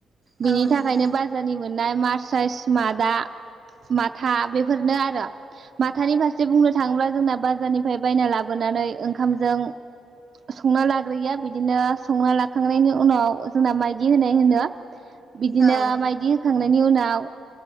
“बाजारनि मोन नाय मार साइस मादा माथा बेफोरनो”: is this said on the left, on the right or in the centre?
Right